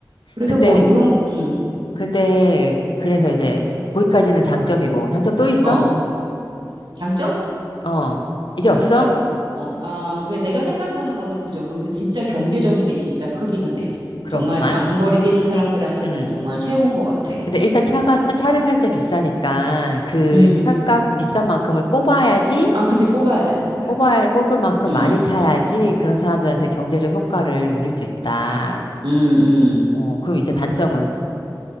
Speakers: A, on the right; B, on the left.
A: 그래서
B: 근데,
A: 뭐 이런 음,
B: 근데 그래서 이제 거기까지는 장점이고 장점 또 있어?
A: 어. 장점?
B: 어 이제
A: 아,
B: 없어?
A: 장점? 어, 아, 그 내가 생각하는 거는 그 정도. 근데 진짜 경제적인 게 진짜 크기는 해.
B: 그렇구만.
A: 정말 장거리 뛰는 사람들한테는
B: 음.
A: 정말 최고인 것 같아.
B: 근데 일단 차가 사- 차를 살 때 비싸니까 그
A: 음.
B: 차값 비싼 만큼을 뽑아야지
A: 아, 그치, 뽑아야 되는 거야.
B: 뽑아 뽑을 만큼
A: 음,
B: 많이 타야지 그런 사람들한테 경제적 효과를 누릴 수 있다.
A: 음, 음.
B: 어 그럼 이제 단점은